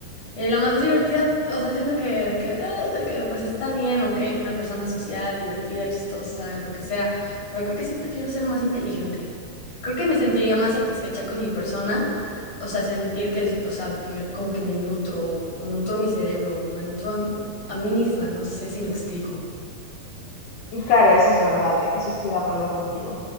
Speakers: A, on the left; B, on the left.
A: Eh, la más divertida, o sea, siento que, de que, ah, de que pues está bien, ok, una persona social, divertida, chistosa, lo que sea, pero creo que sí prefiero ser más inteligente. Creo que me sentiría más satisfecha con mi persona, o sea, sentir que, o sea, me- como que me nutro, nutro mi cerebro, me nutro a, a mí misma, no sé si me explico.
B: Mm, Claro, eso es verdad, que eso estoy de acuerdo contigo.